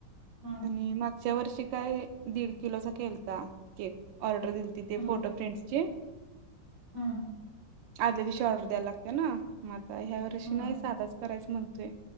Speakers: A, on the right; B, on the right.
A: हम्म
B: आणि माग च्या वर्षी काय दीड किलोचा केलता केक ऑर्डर दिलती ते
A: हम्म
B: फोटो फ्रेंडसची
A: हम्म
B: आदल्या दिवशी ऑर्डर द्यायला लागत्या ना म आ ह्या वर्षी
A: हम्म
B: नाही साधाच करायच म्हणतोय.